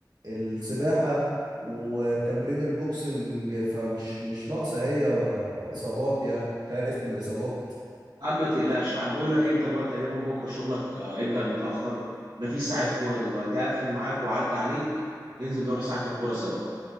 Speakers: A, on the right; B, on the right.
A: السباحة وتمرين البوكسنج فمش مش ناقصة هي اصابات يعني خايف من الاصابات
B: يا عم ما تقلقش يا عم بقول لك انت بقى تقريبا بكره شغلك آه، هيبدا متاخر انا في ساعه كوره دلوقتي هقفل معاك واعدي عليك ننزل نروح ساعه الكوره سوا